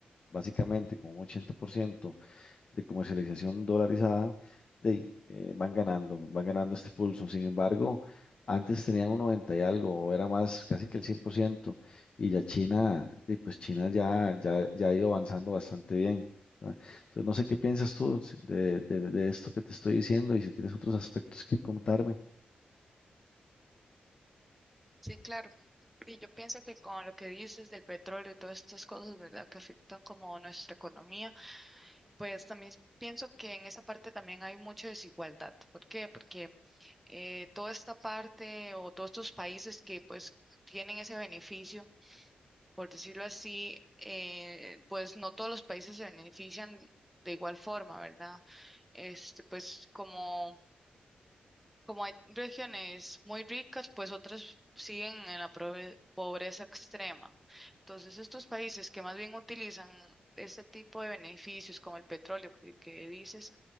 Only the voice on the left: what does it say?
básicamente con un 80%, de comercialización dolarizada, de, ahí, eh, van ganando, van ganando este pulso. Sin embargo, antes tenían un 90 y algo, o era más casi que el 100%, y ya China, de, pues China ya, ya, ya ha ido avanzando bastante bien. ¿verdad? Entonces, no sé qué piensas tú si, de, de, de esto que te estoy diciendo y si tienes otros aspectos que contarme.